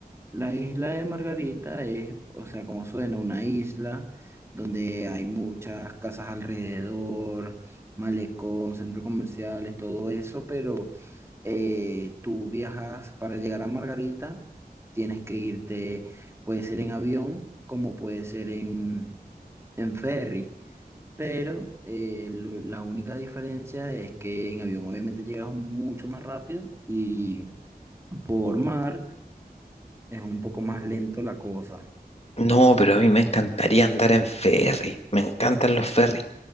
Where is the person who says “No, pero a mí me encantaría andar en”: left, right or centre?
Left